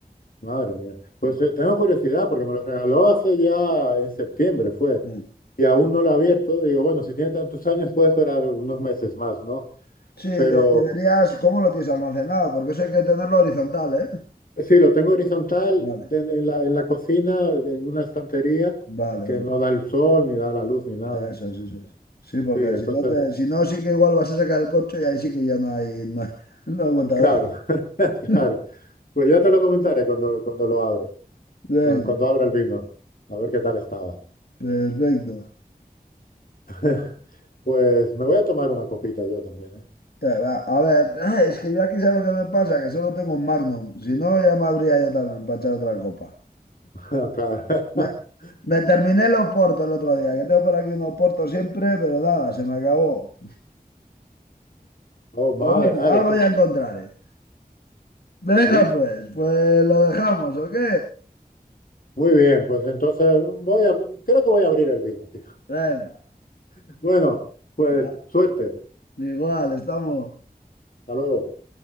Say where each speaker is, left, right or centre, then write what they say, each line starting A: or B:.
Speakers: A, on the left; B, on the left.
A: Madre mía. Pues eh, tengo curiosidad, porque me lo regaló hace ya en septiembre, fue,
B: sí.
A: y aún no lo he abierto. Digo, bueno, si tiene tantos años puede esperar unos meses más, ¿no?
B: Sí, de-
A: Pero
B: deberías, ¿cómo lo tienes almacenado? Porque eso hay que tenerlo horizontal, ¿eh?
A: Sí, lo tengo horizontal
B: Vale,
A: de- en la, en la cocina, en una estantería
B: vale,
A: que
B: vale.
A: no da el sol, ni da la luz, ni nada.
B: Eso es, eso es. Sí, porque
A: Sí, entonces,
B: si no, te, si no, sí que igual vas a sacar el coche y ahí sí que ya no hay, no hay, <laughs> no hay vuelta
A: claro,
B: de hoja.
A: <laughs>
B: <laughs>
A: claro. Pues ya te lo comentaré cuando, cuando lo abre,
B: Venga,
A: cuando, cuando abra el vino, a ver qué tal estaba.
B: perfecto.
A: <laughs> Pues me voy a tomar una copita yo también, ¿eh?
B: Que va, A ver, ah, es que yo aquí sabes lo que me pasa, que solo tengo un Magnum. Si no, ya me habría yo también para echar otra copa.
A: <laughs>
B: Me,
A: Claro.
B: me terminé los portos el otro día, que tengo por aquí unos portos siempre, pero nada, se me acabó.
A: <laughs> Oh, madre.
B: Pero bueno,
A: Ah,
B: algo
A: lo pu-
B: ya encontraré. Venga,
A: Uy.
B: pues, pues lo dejamos, ¿o qué?
A: Muy bien, pues entonces voy a, creo que voy a abrir el vino, tío.
B: Venga,
A: <laughs> Bueno, pues
B: ah,
A: suerte.
B: igual, estamos.
A: Hasta luego.